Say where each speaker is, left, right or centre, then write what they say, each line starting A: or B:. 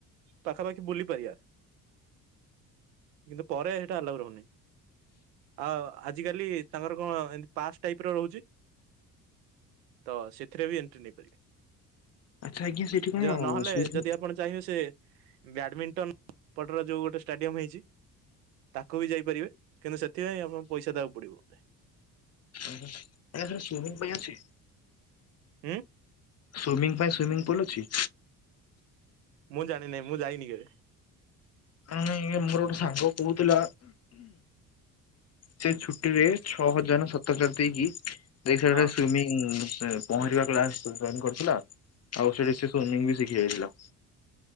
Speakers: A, on the right (about 80°); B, on the left (about 35°).
A: ପାଖାପାଖି ବୁଲି ପାରିବା କିନ୍ତୁ ପରେ ହେଇଟା ଆଲାଉ ରୋହୁନି ଆଉ ଆଜି କାଲି ତାଙ୍କର କଣ ଏମ ପାଷ୍ଟ ଟାଇପର ରୋହୁଚି। ତ ସେଥିରେ ବି ଏଣ୍ଟ୍ରି ନେଇପାରିବେ।
B: ଆଚ୍ଛା ଆଜ୍ଞା ସେଇଠି କଣ
A: ଯ ନହେଲେ
B: ସୁଇମିଂ
A: ଯଦି ଆପଣ ଚାହିଁବେ ସେ ବ୍ୟାଡମିଣ୍ଟନ ପଟର ଯୋଉ ଗୋଟେ ଷ୍ଟାଡିୟମ ହେଇଚି ତାକୁ ବି ଯାଇପାରିବେ କିନ୍ତୁ ସେଥିପାଇଁ ଆପଣଙ୍କୁ ପଇସା ଦେବାକୁ ପଡିବ ବୋଧେ।
B: ଉଁ ହୁଁ ଏଇରା କଣ ସୁମିଙ୍ଗ ପାଇଁ ଆସଚି?
A: ଉଁ?
B: ସୁଇମିଂ ପାଇଁ ସୁଇମିଂ ପୁଲ ଅଛି?
A: ମୁଁ ଜାଣି ନେଇଁ ମୁଁ ଯାଇନି କେବେ?
B: ମାନେ ମୋର ଗୋଟେ ସାଙ୍ଗ କୋହୁଥିଲା ସେ ଛୁଟି ରେ ଛଅ ହଜଣ ସତକାର ଦେଇକି ଦେଇସାରା
A: ହଁ।
B: ସେ ସୁମିଂ ପହଁରିବା କ୍ଲାସ ଜ-ଜଏନ୍ କରିଥିଲା ଆଉ ସେଠିି ବି ଶିଖି ଯାଇଥିଲା।